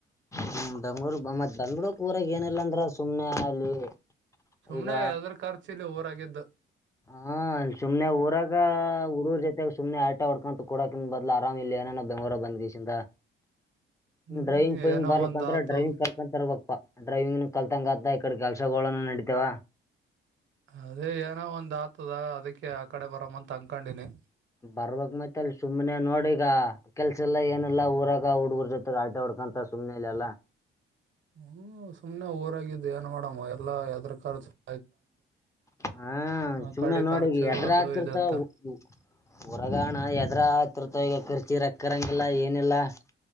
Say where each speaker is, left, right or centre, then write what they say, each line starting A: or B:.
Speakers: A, on the left; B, on the right.
A: ಹ ಬೆಂಗ್ಳೂರ್ ಮತ್ ಬೆಂಗ್ೂರಕ್ ಊರಾಗ ಏನಿಲ್ಲ ಅಂದ್ರ ಸುಮ್ನೆ ಅಲ್ಲಿ
B: ಸುಮ್ನೆ
A: ಈಗ
B: ಯಾದರ ಕಾರ್ ಚೀಲಿ ಊರಾಗಿದ್ದ
A: ಹ ಸುಮನೆ ಊರಾಗ ಊರೂರ ಜೊತೆಾಗ ಸುಮನೆ ಆಟಾ ಹೊಡ್ಕೊಂತ ಕೊಡಕನ್ ಬದ್ಲು ಆರಾಮ್ ಇಲ್ಲಿ ಏನೇನೋ ಬೆಂಗ್ೂರ ಬಂದ್ೀಸಂತ
B: ಹ್ಮ್
A: ಡ್ರೈವಿಂಗ್ ಫೈವಿಂಗ್
B: ಏನೋ
A: ಬರ್ಲಕಂತ್ರ
B: ಒಂದ್ ಆತು
A: ಡ್ರೈವಿಂಗ್ ಕರ್ಕಂತರ್ ಬ ಪ್ಪ ಡ್ರೈಂಗ ನ ಕಲ್ತ ಕತ ಇಡೆ ಕ ವರ್ಷಗೋನು ನಡೀತವ
B: ಅದೇ ಏನೋ ಒಂದ್ ಆತದ ಅದಕ್ಕೆ ಆ ಕಡೆ ಬರಮ್ಮ ಅಂತ ಅನ್ಕೊಂಡಿನಿ
A: ಬರ್ಬಕ್ ಮತ್ತ ಅಲ್ಲಿ ಸುಮ್ಮ್ನೆ ನೋಡಿಗ ಕೆಲ್ಸ, ಇಲ್ಲ, ಏನಿಲ, ಊರಾಗ. <inaudible> ಹುಡುಗರು, ಜೊತೆ, ಅಲ್ಟಾ, ವಾದಧಿಕೊಂಡು. <inaudible> ಸುಮ್ನೆ, ಇಲ್ಲಿ, ಎಲ್ಲಾ? <inaudible>
B: ಹ್ಮ್, ಸುಮ್ನೆ, ಊರಾಗಿ, ಇದು, ಏನು, ಮಾಡಮ್ಮ ಎಲ್ಲಾ, ಯಾದರು, ಕರ್ಚು. <inaudible>
A: ಹಾ,
B: ಆ
A: ಸುಮ್ನೆ
B: ಕಡೆ
A: ನೋಡಿಗ!
B: ಖರ್ಚು
A: ಎದ್ರ
B: ಅದು
A: ಹಾಕಿರುತ್ತವು
B: ಇದು ಅಂತ
A: ಹೊರಗಣ, ಎದ್ರ ಹಾತಿರ್ತಾವ. ಈಗ ಕರ್ಚೀರ. <inaudible> ಕ್ಕರಂಗಿಲ್ಲ, ಏನಿಲ್ಲ? <inaudible>